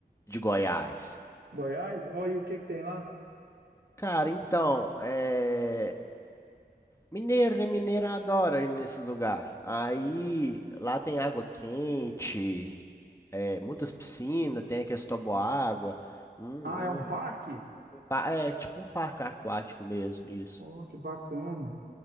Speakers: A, on the left; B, on the right.
A: de Goiás.
B: Goiás? Ó, e o que que tem lá?
A: Cara, então, é, mineiro, né? Mineiro adora ir nesses lugares. Aí, lá tem água quente. É, muitas piscinas, tem aqueles toboágua, um, um,
B: Ah, é um parque?
A: um pa- é tipo um parque aquático mesmo, isso.
B: Oh, que bacana.